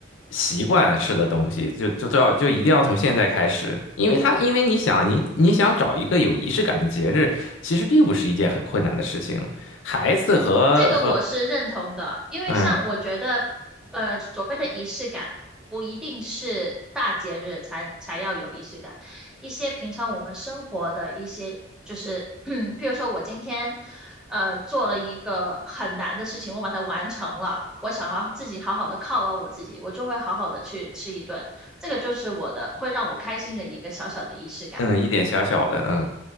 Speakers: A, on the left (about 85°); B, in the centre.
A: 习惯式的东西，就就都要就一定要从现在开始，因为他因为你想你你想找一个有仪式感的节日，其实并不是一件很困难的事情，孩子和和
B: 这个我是认同的，因为像我觉得，
A: 嗯
B: 呃，所谓的仪式感不一定是大节日才才要有仪式感，一些平常我们生活的一些，就是 <clears throat> 譬如说我今天，呃，做了一个很难的事情，我把它完成了，我想要自己好好的犒劳我自己，我就会好好的去吃一顿，这个就是我的，会让我开心的一个小小的仪式感。
A: 嗯一点小小的嗯